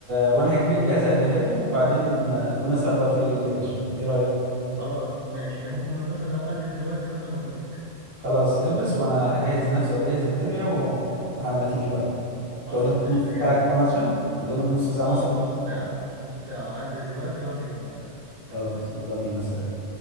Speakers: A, on the right; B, on the right.
A: وانا هجيب الجهاز هجهزه وبعدين آه ونسهر بقى طول الليل يا باشا ايه رايك
B: خلاص ماشي يعني ممكن لو- مثلا لو البس دلوقتي مثلا واجي لك
A: خلاص البس وانا هجهز نفسي واجهز الدنيا وعلى ما تيجي بقى انت
B: خلاص
A: قدامك
B: ماشي
A: نص
B: انا جاي
A: ساعه
B: لك
A: كده
B: اهو
A: مثلا قدامك نص ساعه
B: اه
A: مثلا
B: نص ساعة نص ساعة هلبس دلوقتي وانزل كمان نص ساعة يلا
A: خلاص
B: سلام
A: يلا بينا سلام